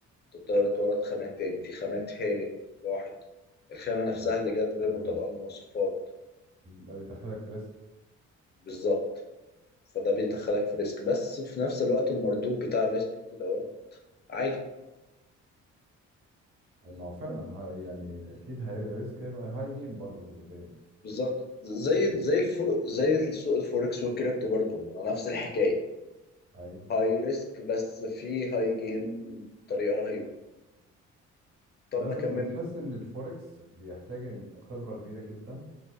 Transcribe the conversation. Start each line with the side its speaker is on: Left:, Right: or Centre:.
Left: تضطر تورد خامات تاني في خامات هالك راحت الخامة نفسها
Right: ده
Left: اللي جت غير
Right: ده
Left: مطابقة
Right: بي-
Left: للمواصفات
Right: ده بيدخلك في ريسك
Left: بالظبط فده بيدخلك في ريسك بس في نفس الوقت المردود بتاع الريسك دوت عالي
Right: ما هو فعلا هاي يعني اكيد هاي ريسك هيبقى هاي جيم برضه قدامه
Left: بالظبط زي ال-
Right: يعني
Left: زي الفر زي السوق الفوركس والكريبتو برضو هو نفس الحكايه
Right: هاي
Left: هاي ريسك بس في هاي جين بطريقه رهيبه طب
Right: بس
Left: ما كمل
Right: انت بتحس ان الفوركس بيحتاج إن خبره كبيره جدا